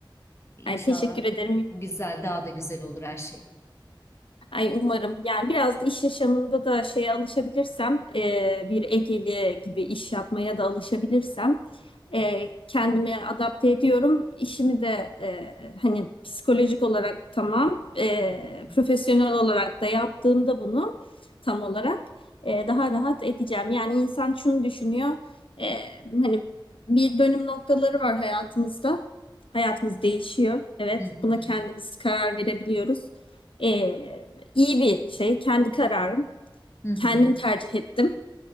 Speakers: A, on the left (about 30°); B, on the left (about 85°).
A: İnşallah
B: Yani teşekkür ederim
A: güzel, daha da güzel olur her şey.
B: Ay umarım. Yani biraz da iş yaşamında da şeye alışabilirsem, e, bir Egeli gibi iş yapmaya da alışabilirsem, e, kendimi adapte ediyorum. İşimi de e, hani psikolojik olarak tamam, e,
A: Hı hı,
B: profesyonel olarak da yaptığımda bunu tam olarak e, daha rahat edeceğim. Yani insan şunu düşünüyor, e, hani bir dönüm noktaları var hayatımızda. Hayatımız değişiyor. Evet,
A: hı hı,
B: buna kendimiz karar verebiliyoruz. E, İyi bir şey. Kendi kararım.
A: hı hı.
B: Kendim tercih ettim.